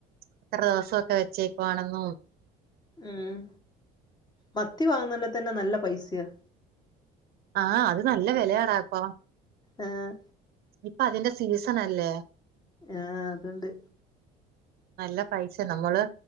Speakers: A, on the right; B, on the left.
A: എത്ര ദിവസൊക്കെ വെച്ചേക്കാണെന്നും
B: ഉം മത്തി വാങ്ങുന്നാ തന്നെ നല്ല പൈസയ
A: ആഹ് അത് നല്ല വിലയാടാപ്പോ
B: ആഹ്
A: ഇപ്പ അതിന്റെ സീസണ ല്ലേ
B: ആഹ് അതുണ്ട്
A: നല്ല പൈസ നമ്മള്